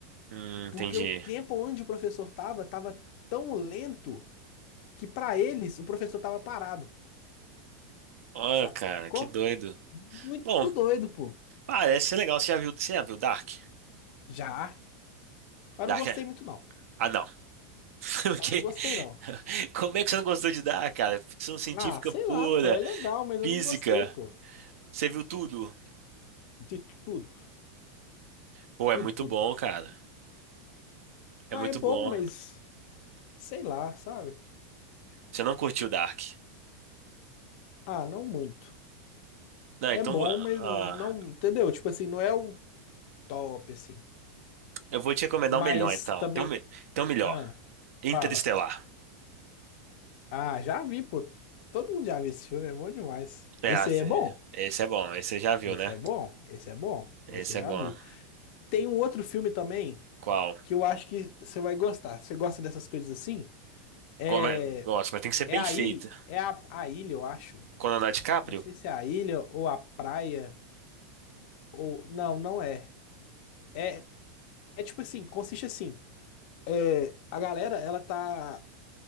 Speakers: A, on the right; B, on the left.
A: hum, entendi.
B: Porque o tempo onde o professor estava, estava tão lento que para eles o professor estava parado.
A: Ó,
B: Sacou?
A: cara, que doido.
B: Muito
A: Bom,
B: doido, pô.
A: parece ser legal. Você já viu, você já viu Dark?
B: Já. Mas
A: Dark.
B: não gostei
A: é...
B: muito, não.
A: Ah, não. <laughs> Porque...
B: Ah, não gostei, não.
A: Como é que você não gostou de Dark, cara? Ficção científica
B: Ah, sei
A: pura,
B: lá, pô. É legal, mas eu
A: física.
B: não gostei, pô.
A: Você viu tudo?
B: De tudo,
A: Pô, é
B: tudo,
A: muito
B: tudo.
A: bom, cara.
B: Ah,
A: É muito
B: é bom,
A: bom.
B: mas sei lá, sabe?
A: Você não curtiu Dark?
B: Ah, não muito.
A: Não,
B: É
A: então
B: bom,
A: vou-
B: mas
A: ah,
B: não, entendeu? Tipo assim, não é o top, assim.
A: eu vou te recomendar
B: Mas
A: o melhor, então.
B: também.
A: Tem um, me- tem um melhor.
B: Ah,
A: Interestelar.
B: fala. Ah, já vi, pô. Todo mundo já viu esse filme, é bom demais.
A: É,
B: Esse
A: assim,
B: aí é bom.
A: esse é bom. Esse você já viu,
B: Esse
A: né?
B: é bom. Esse é bom.
A: Esse
B: Esse eu já
A: é bom.
B: vi. Tem um outro filme também
A: Qual?
B: que eu acho que você vai gostar. Você gosta dessas coisas assim? É,
A: Como é- Nossa, mas tem que ser bem
B: é a
A: feito.
B: ilha. É a, a ilha, eu acho.
A: Com Leonardo DiCaprio?
B: Não sei se é a ilha ou a praia. Ou. Não, não é. É, é tipo assim, consiste assim. É, A galera, ela tá.